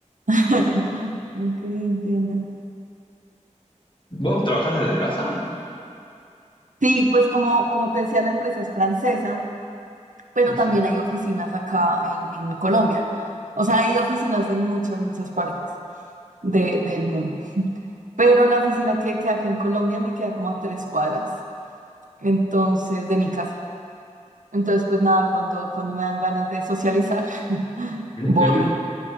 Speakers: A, on the right; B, on the left.
A: <laughs> Ok, entiendo.
B: ¿Vos trabajás desde casa?
A: Sí, pues como, como te decía, la empresa es francesa, pero
B: Sí,
A: también
B: sí.
A: hay oficinas acá en, en Colombia. O sea, hay oficinas en muchas, muchas partes de- del mundo. Pero la oficina que queda acá en Colombia me queda como a tres cuadras, entonces, de mi casa. Entonces, pues nada, cuando, cuando me dan ganas de socializar, <laughs>
B: <laughs>
A: voy.